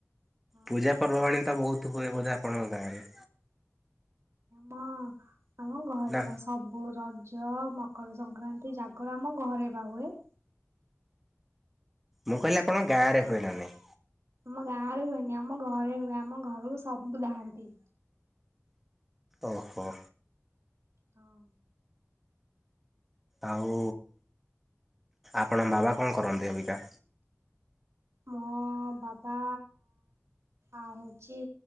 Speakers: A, on the right (about 80°); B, in the centre.
A: ହଁ
B: ପୂଜା ପର୍ବ ପବାଣୀ ଟା ବହୁତ ହୁଏ ବୋଧେ ଆପଣଙ୍କ ଗାଁରେ?
A: ହଁ ଆମ ଘରେ
B: ନା
A: ବା ସ ସବୁ ରଜ ମକର ସଂକ୍ରାନ୍ତି ଜାଗର ଆମ ଘରେ ବା ହୁଏ।
B: ମୁଁ କହିଲି ଆପଣଙ୍କ ଗାଁରେ ହୁଏ ନା ନାହିଁ?
A: ଆମ ଗାଁ ରେ ହୁଏନି ଆମ ଘରେ ହୁଏ ଆମ ଘରକୁ ସବୁ ଧାଆଁନ୍ତି।
B: ଓହୋ।
A: ହଁ।
B: ଆଉ ଆପଣଙ୍କ ବାବା କଣ କରନ୍ତି ଅବିକା?
A: ମୋ ବାବା ଆଉ ହଉଛି